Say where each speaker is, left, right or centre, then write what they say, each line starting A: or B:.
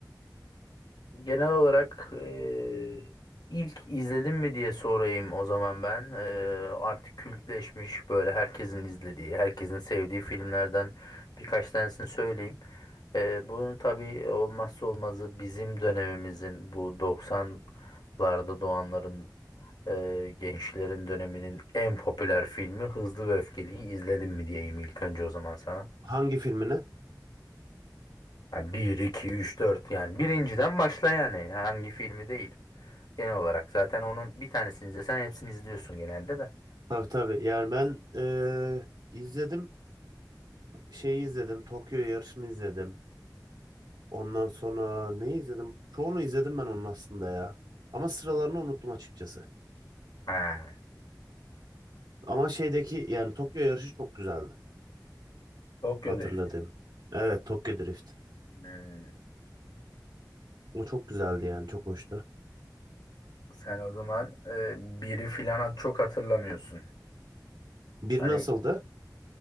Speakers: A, on the left; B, on the right.
A: Genel olarak eee, ilk izledim mi diye sorayım o zaman ben. Eee, artık kültleşmiş böyle herkesin izlediği, herkesin sevdiği filmlerden birkaç tanesini söyleyeyim. Eee bunun tabii olmazsa olmazı bizim dönemimizin bu 90'larda doğanların eee, gençlerin döneminin en popüler filmi Hızlı ve Öfkeli'yi izledim mi diyeyim ilk önce o zaman sana.
B: Hangi filmini?
A: Yani 1, 2, 3, 4 yani birinciden başla yani hangi filmi değil. Genel olarak zaten onun bir tanesini izlesen hepsini izliyorsun genelde de.
B: Tabii tabii yani ben eee, izledim şeyi izledim Tokyo yarışını izledim. Ondan sonra ne izledim? Çoğunu izledim ben onun aslında ya. Ama sıralarını unuttum açıkçası.
A: Ha,
B: Ama şeydeki yani Tokyo yarışı çok güzeldi.
A: Tokyo
B: Hatırladım.
A: Drift.
B: Evet Tokyo Drift.
A: Hmm.
B: O çok güzeldi yani çok hoştu.
A: Sen o zaman e, biri filan hat- çok hatırlamıyorsun.
B: Bir
A: Hani
B: nasıldı?